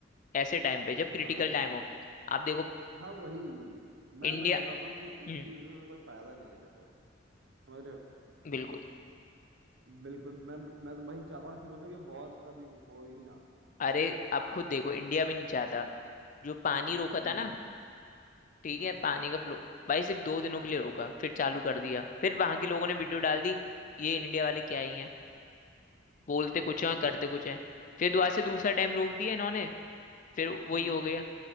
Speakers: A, on the left (about 45°); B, on the right (about 75°).
A: ऐसे टाइम पे जब क्रिटिकल
B: हाँ
A: टाइम हो आप देखो
B: हाँ वही मैं
A: इंडिया
B: मैं बताता हूँ कि
A: हम्म
B: इन चीजों से कोई फायदा नहीं है देखो समझ रहे हो
A: बिल्कुल
B: बिल्कुल मैं मैं तो वही चाहता हूँ शुरू से कि वॉर कभी हो ही ना
A: अरे आप खुद देखो इंडिया भी नहीं चाहता जो पानी रोका
B: हम्म
A: था ना ठीक
B: हाँ
A: है पानी का फ्लो भाई सिर्फ दो दिनों के लिए रोका फिर चालू कर दिया फिर वहां के लोगों ने वीडियो
B: हम्म
A: डाल दी ये इंडिया वाले क्या ही हैं बोलते कुछ
B: वही
A: हैं करते
B: वही
A: कुछ हैं फिर दोबारा से दूसरा डैम रोक दिया इन्होंने फिर वही
B: हम्म
A: हो गया